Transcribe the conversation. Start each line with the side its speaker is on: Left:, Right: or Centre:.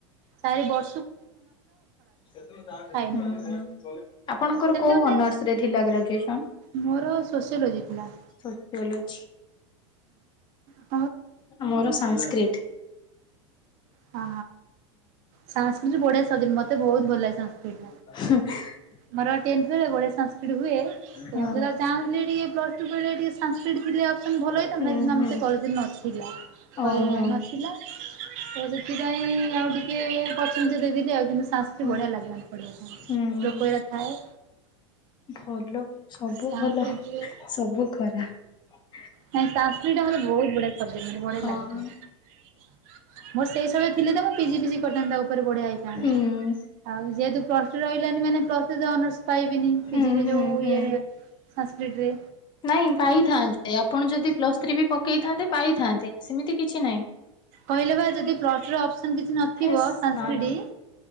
Right: ସାଇ ବସ।
Left: ହୁଁ ଆପଣଙ୍କର
Right: ଖାଏନି ଟୋଟାଲ। ସେମିତି
Left: କୋଉଁ
Right: ମତେ
Left: ଅନର୍ସ? ଥିଲା ଗ୍ରାଜୁଏସନ୍
Right: ମୋର ସୋସିଓଲୋଜି ଥିଲା।
Left: <unintelligible> ଅଛି।
Right: ହୁଁ।
Left: ମୋର ସାଂକ୍ରିଟ।
Right: ହଁ ସାସ୍କ୍ରିଟି ବଢ଼ିଆ ସବଜେକଟ ମତେ ବହୁତ ଭଲ ଲାଗେ ସାସ୍କ୍ରିଟ।
Left: <inaudible>
Right: ମୋର ଟେନ୍ଥେ ବେଳେ ବଢ଼ିଆ ସାସ୍କ୍ରିଟି ହୁଏ। ସେଇ
Left: ହଁ
Right: ଅନୁସାରେ ସାସ୍କିଟ ଟିକେ ପ୍ଲସ ଟୁ ବେଳେ ଟିକେ ସାସ୍କିଟ ଥିଲେ ଅପସନ ଭଲ ହେଇଥାନ୍ତା
Left: ହୁଁ
Right: କିନ୍ତୁ ଆମେ
Left: ହୁଁ
Right: ସେ କଲେଜରେ ନଥିଲା। ହେଲେ
Left: ଓହୋ
Right: ନଥିଲା ତ ସେଥିପାଇଁ ଆଉ ଟିକେ ଅପସନ ଦେଇଦେଲି ଆଉ କିନ୍ତୁ ସାସ୍କ୍ରିଟି
Left: ହୁଁ
Right: ବଢ଼ିଆ ଲାଗେ ପଡ଼ିବା ପାଇଁ
Left: ହୁଁ।
Right: ଶ୍ଳୋକ ହେରିକା ଥାଏ।
Left: ଭଲ ସବୁ
Right: ସାଂସ୍କ୍ରିଟରେ
Left: ଭଲ ସବୁ ଖରାପ
Right: ସାଂସ୍କୃଟି ମତେ ବହୁତ ବଢିଆ ସବଜେକ୍ଟ ମତେ ବଢିଆ
Left: ହଁ
Right: ଲାଗେ। ମୋ ସେଇ ସମୟ ରେ ଥିଲେ ତ ମୁଁ ପିଜି ଫିଜି କରିଥାନ୍ତି ତା ଉପରେ ବଢ଼ିଆ ହେଇଥାନ୍ତା।
Left: ହୁଁ।
Right: ଆଉ ଯେହେତୁ ପ୍ଲସ ଟୁ ରହିଲାନି ମାନେ ପ୍ଲସ ଥ୍ରୀ ଅନର୍ସ ପାଇବିନି
Left: ହୁଁ
Right: ପିଜିରେ
Left: ହୁଁ
Right: ଯୋଉଁ
Left: ହୁଁ
Right: ଇଏରେ ସାସ୍କିଟ୍ ରେ
Left: ନାଇଁ ପାଇଥାନ୍ତେ ଆପଣ ଯଦି ପ୍ଲସ୍ ଥ୍ରୀ ବି ପକେଇଥାନ୍ତେ ପାଇଥାନ୍ତେ ସେମିତି କିଛି ନାଇଁ।
Right: କହିଲେ ବା ଯଦି ପ୍ଲସ ଟୁ ରେ ଅପସନ କିଛି ନଥିବ
Left: ହେସ୍
Right: ସାସ୍କ୍ରିଟି
Left: ନା ନା